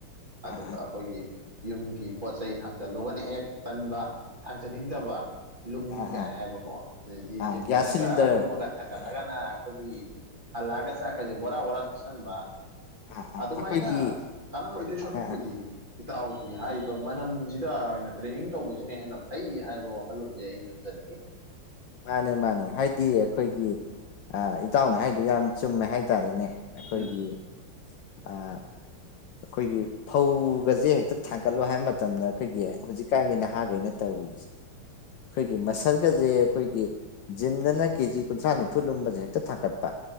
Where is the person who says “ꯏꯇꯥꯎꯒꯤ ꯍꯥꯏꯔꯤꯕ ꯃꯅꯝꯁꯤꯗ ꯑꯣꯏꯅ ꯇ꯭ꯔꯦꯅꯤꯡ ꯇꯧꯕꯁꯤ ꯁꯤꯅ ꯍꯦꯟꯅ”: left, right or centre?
Right